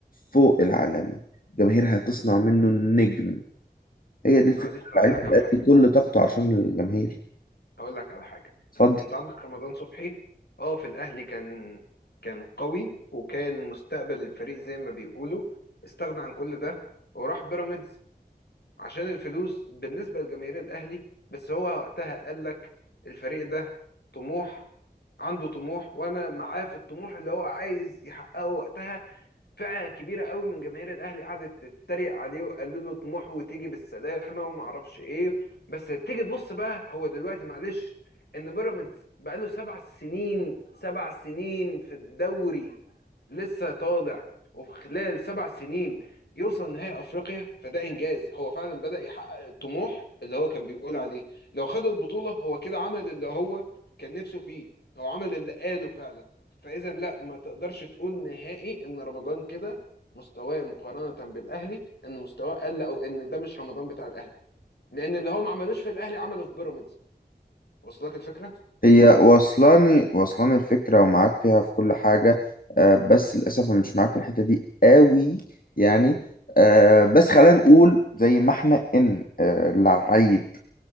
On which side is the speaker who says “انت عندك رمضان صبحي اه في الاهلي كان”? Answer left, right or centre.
Left